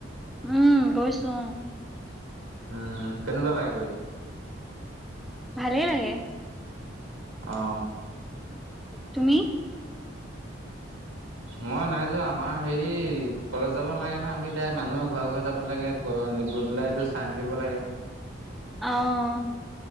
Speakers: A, in the centre; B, on the right.
A: উম, গৈছো অ'।
B: উম কেনেকুৱা লাগে কৰি
A: ভালেই লাগে।
B: অ'।
A: তুমি?
B: মই নাই যোৱা আমাৰ হেৰি, কলেজ যাব নালাগে নহয় আমি মানুহৰ ঘৰে ঘৰে যাব লাগে। গ-গৈ পেলাই এইটো চাইন কৰিব লাগে।
A: অ'।